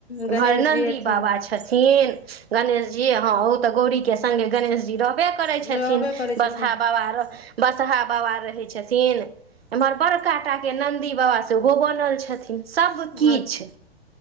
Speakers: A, on the right; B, on the left.
A: एम्हर
B: गणेश
A: नन्दी
B: जी हथिन
A: बाबा छथिन। गणेश जी हा ते गौरी के संगे गणेश जी र करबे करै छथिन
B: रहबे करै
A: बसहा
B: छथिन
A: बाबा बसहा बाबा रहै छथिन एम्हर बड़काटा के नन्दी बाबा सेहो बनल छथिन सभ किछु
B: अच्छा